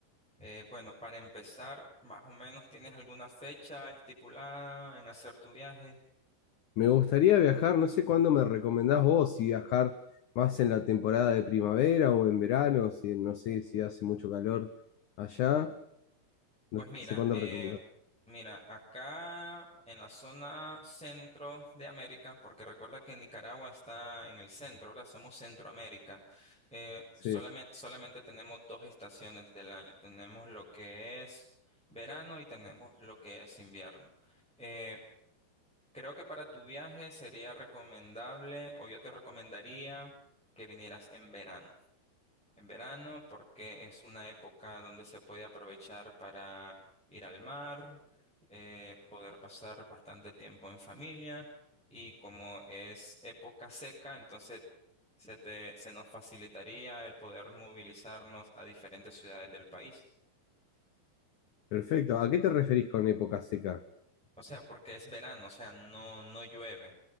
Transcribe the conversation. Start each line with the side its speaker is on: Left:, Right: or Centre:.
Centre: Eh, bueno, para empezar, más o menos, ¿tienes alguna fecha estipulada en hacer tu viaje?
Left: Me gustaría viajar, no sé cuándo me recomendás vos, si viajar más en la temporada de primavera o en verano, si no sé si hace mucho calor allá No
Centre: Pues mira,
Left: sé cuándo
Centre: eh,
Left: recomendar.
Centre: mira, acá en la zona centro de América, porque recuerda que Nicaragua está en el centro, ahora somos Centroamérica, eh,
Left: Sí.
Centre: solamente, solamente tenemos dos estaciones del año. Tenemos lo que es verano y tenemos lo que es invierno. Eh, Creo que para tu viaje sería recomendable, o yo te recomendaría que vinieras en verano. En verano, porque es una época donde se puede aprovechar para ir al mar, eh, poder pasar bastante tiempo en familia, y como es época seca, entonces se te- se nos facilitaría el poder movilizarnos a diferentes ciudades del país.
Left: Perfecto. ¿A qué te referís con época seca?
Centre: O sea, porque es verano, o sea, no, no llueve.